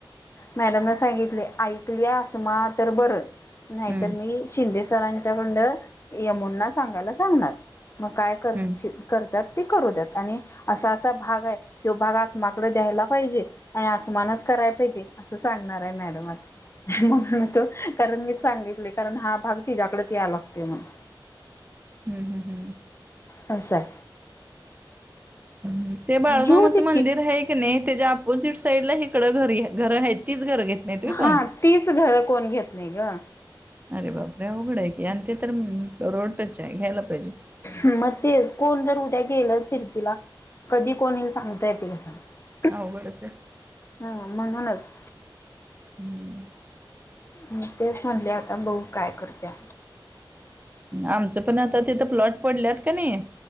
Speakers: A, on the left; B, on the right.
A: मॅडमने सांगितलय ऐकली आसमा तर बरं नाही
B: हम्म
A: तर मी शिंदे सरांच्याकंडन यमुंना सांगायला सांगणार मग काय करचील
B: हम्म
A: करतात ते करू दयात आणि असा असा भाग हाय ह्यो भाग असमाकडे द्यायला पाहिजे आणि आसमानच करायला पाहिजे असं सांगणार आहे मॅडमासनी म्हणून म त्यो कारण मीच सांगितलंय कारण हा भाग तिचाकडचं यालागतंय म्हणून
B: हम् हम् हम्
A: असच हाय
B: हम्म ते बाळूमामाचं
A: घेऊ दे
B: मंदिर हाय की नाही त्याच्या अपोजिट साईड ला इकडं घरी घरं आहे तीच घर घेत नाहीत व्हय कोण
A: हा तीच घरं कोण घेत नाही ग
B: अरे बापरे अवघड आहे की आणि ते तर रोडटच आहे घ्यायला पाहिजे
A: मग तेच कोण जर उद्या गेलं फिरतीला कधी कोणी येईल सांगता येतंय काय सांग
B: अवघडच हाय
A: हा म्हणूनच
B: हम्म
A: मी तेच म्हणलिया आता बऊ काय करतिया
B: आमचं पण आता तिथं प्लॉट पडल्यात कणी